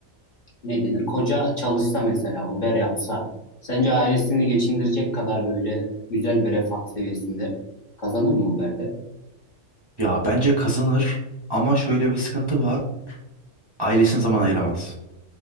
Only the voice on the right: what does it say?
Ya bence kazanır ama şöyle bir sıkıntı var. Ailesine zaman ayıramaz.